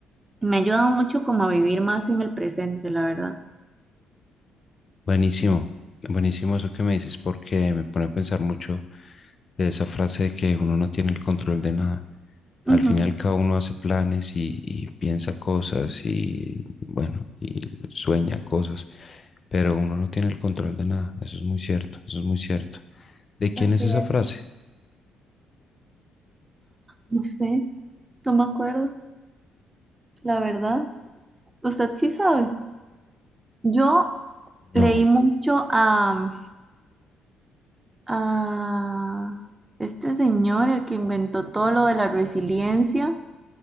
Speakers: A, on the right (about 20°); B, on the left (about 40°).
A: me ha ayudado mucho como a vivir más en el presente, la verdad.
B: Buenísimo, buenísimo eso que me dices porque me pone a pensar mucho de esa frase de que uno no tiene el control de nada. Al
A: Ujú.
B: final cada uno hace planes y, y piensa cosas y bueno, y sueña cosas, pero uno no tiene el control de nada. Eso es muy cierto, eso es muy cierto. ¿De quién
A: Así
B: es esa
A: es.
B: frase?
A: No sé, no me acuerdo, la verdad. Usted sí sabe. Yo leí
B: No,
A: mucho a a este señor, el que inventó todo lo de la resiliencia,